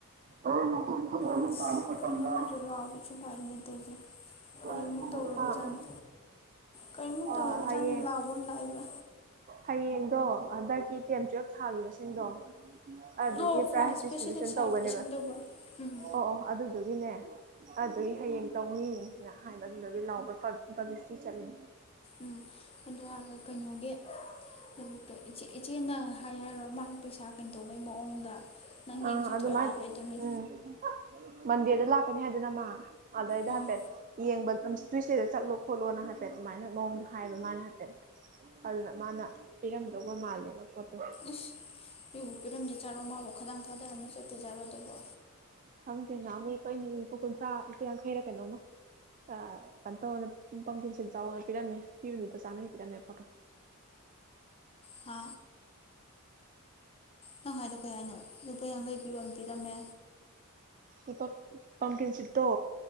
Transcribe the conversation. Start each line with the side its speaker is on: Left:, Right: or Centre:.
Right: ꯍꯨꯔꯦꯟ ꯄꯨꯡ ꯑꯍꯨꯝ
Left: ꯑꯁ
Right: ꯇꯥꯕ ꯃꯥꯊꯝꯗ
Left: ꯀꯩꯅꯣꯝꯃꯁꯨ
Right: <inaudible>
Left: ꯂꯥꯎꯕꯁꯨ ꯂꯥꯛꯏꯅꯦ ꯇꯧꯔꯤꯁꯦ ꯀꯔꯤꯃꯨꯛ
Right: ꯑꯥ
Left: ꯇꯧꯔꯕꯖꯥꯠꯅꯣ ꯀꯔꯤꯃꯨꯛ
Right: ꯑꯥ
Left: ꯇꯧꯔꯕꯖꯥꯠꯅꯣ
Right: ꯍꯌꯦꯡ
Left: ꯂꯥꯎꯕ ꯑꯃ ꯂꯥꯛꯏꯕ
Right: ꯍꯌꯦꯡ ꯇꯣ ꯍꯟꯗꯛꯀꯤ ꯇꯦꯟ ꯇꯨꯋ꯭ꯜꯞ ꯊꯥꯈꯤꯕꯁꯦ ꯁꯤꯡꯗꯣ ꯑꯗꯨꯒꯤ
Left: ꯑꯣ
Right: ꯄ꯭ꯔꯥꯏꯖ ꯗꯤꯁꯇ꯭ꯔꯤꯕ꯭ꯌꯨꯁꯟ
Left: ꯐꯦꯁꯤꯂꯤꯇꯦꯁꯟ
Right: ꯇꯧꯒꯅꯦꯕ
Left: ꯇꯧꯕ ꯎꯝ
Right: ꯑꯣ ꯑꯣ ꯑꯗꯨꯗꯨꯒꯤꯅꯦ ꯑꯗꯨꯒꯤ ꯍꯌꯦꯡ ꯇꯧꯅꯤ ꯅ ꯍꯥꯏꯕ ꯑꯗꯨꯗꯒꯤ ꯂꯥꯎꯕ ꯄꯨꯞ ꯄꯨꯞꯕ꯭ꯂꯤꯁꯇꯤ ꯆꯠꯂꯤꯅꯤ
Left: ꯎꯝ ꯑꯗꯨ ꯍꯥꯢꯔꯒ ꯀꯩꯅꯣꯒꯤ ꯑꯅꯨꯞꯄ ꯢꯆꯦ ꯢꯠ ꯏꯆꯦꯅ ꯍꯥꯏ ꯍꯥꯏꯔꯣ ꯃꯥꯒꯤ ꯄꯩꯁꯥ ꯀꯩꯇꯧꯕꯩ ꯃꯑꯣꯡꯗ ꯅꯪ ꯌꯦꯡ
Right: ꯑꯥ
Left: ꯆꯠꯊꯣꯛꯑꯦ
Right: ꯑꯗꯨꯃꯥꯢ
Left: ꯍꯥꯏ ꯍꯥꯏꯗꯃꯤ
Right: ꯎꯝ ꯃꯟꯗꯦꯗ ꯂꯥꯛ ꯐꯅꯤ ꯍꯥꯏꯗꯅ ꯃꯥ ꯑꯗꯩꯗ
Left: ꯎꯝ
Right: ꯍꯥꯏꯄꯦꯠ ꯌꯦꯡꯕ ꯑꯝ ꯇ꯭ꯋꯤꯁꯗꯦꯗ ꯆꯠꯂꯣ ꯈꯣꯠꯂꯣꯅ ꯍꯥꯏꯐꯦꯠ ꯑꯗꯨꯃꯥꯏꯅ ꯃꯑꯣꯡꯗꯣ ꯍꯥꯏꯕ ꯃꯥꯅ ꯍꯥꯏꯐꯦꯠ ꯑꯗꯨꯅ ꯃꯥꯅ ꯄꯤꯔꯝꯗꯧꯕ ꯃꯥꯜꯂꯦꯕ ꯄꯣꯠꯇꯣ
Left: ꯢꯁ ꯄꯤꯕꯨ ꯄꯤꯔꯝꯗꯣꯢꯖꯥꯠꯂꯣ ꯃꯥꯕꯨ ꯈꯥꯗꯥꯥꯡ ꯊꯥ ꯂꯨꯝꯃꯥ ꯆꯠꯇꯣꯢꯖꯠꯂꯣ ꯑꯗꯨꯕꯣ
Right: ꯈꯪꯗꯦ ꯅꯍꯥꯟꯃꯨꯛ ꯂꯨꯄꯥ ꯑꯩꯅ ꯂꯨꯄꯥ ꯀꯨꯟꯊ꯭ꯔꯥ ꯂꯨꯄꯥ ꯌꯥꯡꯈꯩꯔ ꯀꯩꯅꯣꯝꯃ ꯑꯥ ꯀꯩꯅꯣ ꯇꯧꯋꯣꯅ ꯄꯝꯀꯤꯟꯁꯤꯠ ꯆꯥꯎꯣꯅ ꯄꯤꯔꯝꯃꯦ ꯄꯤꯕꯅ ꯂꯨꯄꯥ ꯆꯥꯃꯔꯤ ꯄꯤꯔꯝꯃꯦ ꯄꯣꯠꯇꯣ
Left: ꯍꯥ ꯅꯪ ꯍꯥꯏꯗꯣ ꯀꯩ ꯍꯥꯏꯅꯣ ꯂꯨꯄꯥ ꯌꯥꯡꯈꯩ ꯄꯤꯔꯣꯅ ꯄꯤꯔꯝꯃꯦ
Right: ꯂꯨꯄꯥ ꯄꯝꯀꯤꯟꯁꯤꯠꯇꯣ